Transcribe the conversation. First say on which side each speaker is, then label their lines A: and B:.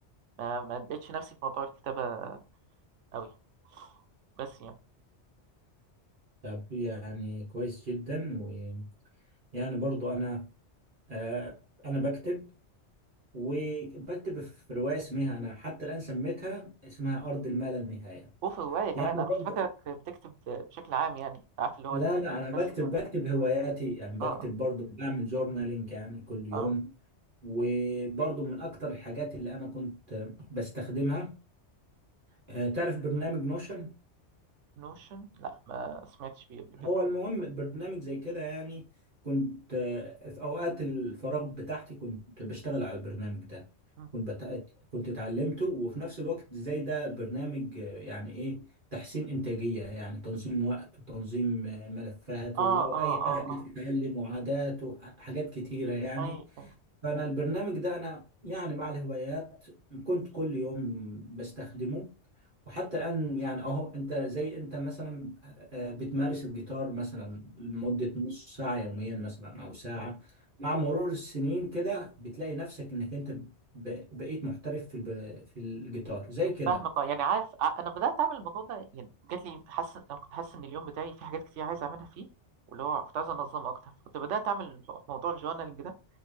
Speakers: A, on the right; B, on the right.
A: ما ما لقيتش نفسي في موضوع الكتابه قوي بس يعني
B: طب يعني كويس جدا ويعني برضو انا آه انا بكتب وبكتب في رواية اسمها أنا حتى الآن سميتها اسمها أرض الما لا نهاية
A: وفي الروايه كمان
B: يعني
A: انا
B: برضه
A: كنت فاكرك بتكتب بشكل عام يعني عارف اللي هو
B: لا
A: ال-
B: لا أنا بكتب
A: بس
B: بكتب هواياتي يعني بكتب
A: اه
B: برضه بعمل جورنالينج يعني كل يوم
A: اه
B: وبرضه من أكتر الحاجات اللي أنا كنت بستخدمها آه، تعرف برنامج نوشن
A: نوشن لا ما سمعتش بيه قبل كده
B: هو المهم برنامج زي كده يعني كنت آه، في اوقات الفراغ بتاعتي كنت بشتغل على البرنامج ده
A: اه
B: كنت بت... كنت اتعلمته وفي نفس الوقت زي ده برنامج آه، يعني ايه تحسين انتاجية يعني تنظيم وقت وتنظيم آه، ملفات
A: اه
B: ولو
A: اه
B: اي حاجة عايز
A: اه
B: تتعلم وعادات وحاجات كتيرة يعني
A: اي اي
B: فانا البرنامج ده انا يعني مع الهوايات كنت كل يوم بستخدمه وحتى الآن يعني أهو أنت زي أنت مثلا آه، آه، بتمارس الجيتار مثلا لمدة نص ساعة يوميا مثلا أو ساعة
A: اي
B: مع مرور السنين كده بتلاقي نفسك إنك أنت ب- بقيت محترف في الب- في الجيتار زي كده
A: فاهمك اه يعني عارف ع- انا بدات اعمل الموضوع ده يعني جات لي حاسس انا كنت حاسس ان اليوم بتاعي في حاجات كتير عايز اعملها فيه واللي هو كنت عايز انظم اكتر كنت بدات اعمل موضوع الجورنالينج ده